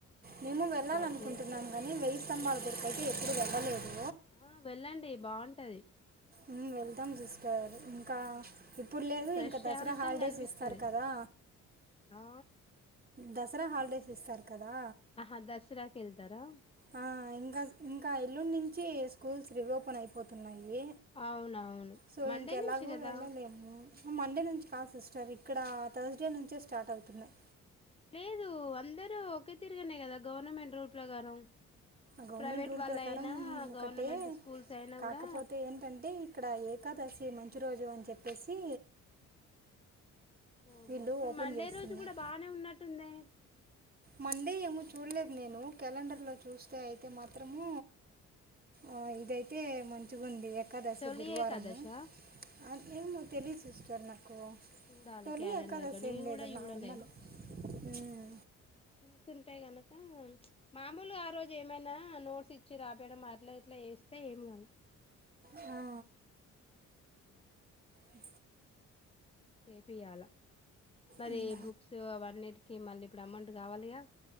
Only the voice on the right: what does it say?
మేము వెళ్ళాలనుకుంటున్నాము
కానీ వెయ్యి స్తంభాల గుడికి అయితే ఎప్పుడు వెళ్ళలేదు
ఉం వెళ్తాం సిస్టర్ ఇంకా ఇప్పుడు లేదు
ఇంకా దసరా హాలిడేస్
ఇస్తారు కదా
దసరా హాలిడేస్ ఇస్తారు కదా
ఆ ఇంకా ఇంకా ఎల్లుండి నుంచి స్కూల్స్ రిఓపెన్ అయిపోతున్నాయి
సో
ఇంకెలాగూ
వెళ్ల లేను ఉం మండే నుంచి కాదు సిస్టర్ ఇక్కడ థర్స్డే నుంచే స్టార్ట్ అవుతున్నాయి
గవర్నమెంట్
రూల్
ప్రకారం
ఒకటే
కాకపోతే
ఏంటంటే ఇక్కడ ఏకాదశి మంచి రోజు అని చెప్పేసి
వీళ్ళు
ఓపెన్
చేస్తున్నారు
మండే ఏమో చూడలేదు నేను క్యాలెండర్లో చూస్తే అయితే మాత్రము ఆ ఇదైతే మంచి మంచిగుంది ఏకాదశి
గురువారము
అ ఏమో తెలిదు సిస్టర్ నాకు కు
తొలిఏకాదశి
ఏమ్ లేదు
నార్మల్ ఉమ్
ఆ
అ
ఉమ్.